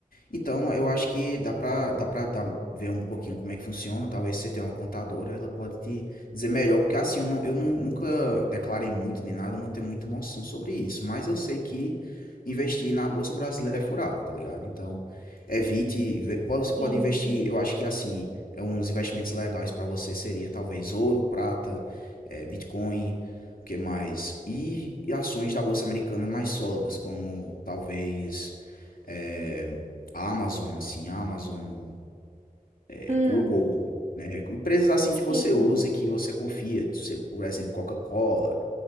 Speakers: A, on the left (about 75°); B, on the right (about 50°).
A: Então, eu acho que dá pra, dá pra dar, ver um pouquinho como é que funciona. Talvez você tenha uma contadora, ela pode te dizer melhor, porque assim, eu, não, eu nu- nunca declarei muito nem nada, eu não tenho muita noção sobre isso, mas eu sei que investir na Bolsa Brasileira é furada, tá ligado? Então, evite, ve- pode- você pode
B: Sim.
A: investir, eu acho que assim, é uns investimentos legais pra você seria talvez ouro, prata, eh, Bitcoin, o que mais? E, e ações da Bolsa Americana mais sólidas, como talvez. eh, Amazon, assim, Amazon, eh,
B: Hum,
A: Google, né, empresas assim
B: sim,
A: que você usa e que você confia, se por exemplo, Coca-Cola,